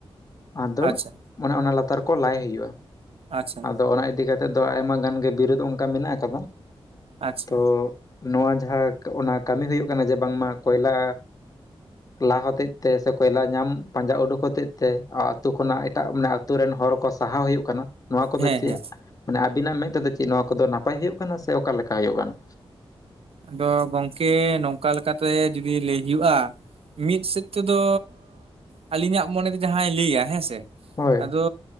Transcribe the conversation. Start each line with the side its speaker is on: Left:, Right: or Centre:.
Left: ᱟᱫᱚ
Right: ᱟᱪᱪᱷᱟ
Left: ᱟᱱᱮ ᱚᱱᱟ ᱞᱟᱛᱟᱨ ᱠᱚ ᱞᱟᱭ ᱦᱩᱭᱩᱜᱼᱟ᱾
Right: ᱟᱪᱪᱷᱟ
Left: ᱟᱫᱚ ᱚᱱᱟ ᱤᱫᱤ ᱠᱟᱛᱮ ᱛᱮᱫ ᱫᱚ ᱟᱭᱢᱟ ᱜᱟᱱ ᱜᱮ ᱵᱤᱨᱳᱫᱷ ᱚᱱᱠᱟ ᱢᱮᱱᱟᱜ ᱟᱠᱟᱫᱟ।
Right: ᱟᱪᱪᱷᱟ
Left: ᱛᱚ ᱱᱚᱣᱟ ᱡᱟᱦᱟᱸ ᱼᱼ ᱚᱱᱟ ᱠᱟᱹᱢᱤ ᱦᱩᱭᱩᱜ ᱠᱟᱱᱟ ᱡᱮ ᱵᱟᱝᱢᱟ ᱠᱚᱭᱞᱟ ᱞᱟ ᱦᱚᱛᱮᱡ ᱛᱮ ᱥᱮ ᱠᱚᱭᱞᱟ ᱧᱟᱢ ᱼᱼ ᱯᱟᱸᱡᱟ ᱩᱰᱩᱠ ᱦᱚᱛᱮᱫ ᱛᱮ ᱟᱛᱩ ᱠᱷᱚᱱᱟᱜ ᱮᱴᱟᱜ ᱢᱟᱱᱮ ᱟᱛᱩ ᱨᱮᱱ ᱦᱚᱲ ᱠᱚ ᱥᱟᱦᱟ ᱦᱩᱭᱩᱜ ᱼᱼ ᱠᱟᱱᱟ ᱱᱚᱣᱟ ᱠᱚᱫᱚ
Right: ᱦᱮᱸ
Left: ᱪᱮᱫ
Right: ᱦᱮᱸ
Left: ᱢᱟᱱᱮ ᱟᱹᱵᱤᱱᱟᱜ ᱢᱮᱫ ᱛᱮᱫᱚ ᱪᱮᱫ? ᱱᱚᱣᱟ ᱠᱚᱫᱚ ᱱᱟᱯᱟᱭ ᱼᱼ ᱱᱟᱯᱟᱭ ᱦᱩᱭᱩᱜ ᱠᱟᱱᱟ ᱥᱮ ᱚᱠᱟᱮᱠᱟ ᱦᱩᱭᱩᱜ ᱠᱟᱱᱟ?
Right: ᱟᱫᱚ ᱜᱚᱝᱠᱮ ᱱᱚᱝᱠᱟ ᱞᱮᱠᱟᱛᱮ ᱡᱩᱫᱤ ᱞᱟᱹᱭ ᱦᱩᱭᱩᱜᱼᱟ ᱢᱤᱫ ᱥᱮᱫ ᱛᱮᱫᱚᱻ ᱟᱹᱞᱤᱧᱟᱜ ᱢᱚᱱᱮᱛᱮ ᱡᱟᱦᱟᱸᱭ ᱞᱟᱹᱭᱟ ᱦᱮᱸ ᱥᱮ,
Left: ᱦᱳᱭ
Right: ᱟᱫᱚᱻ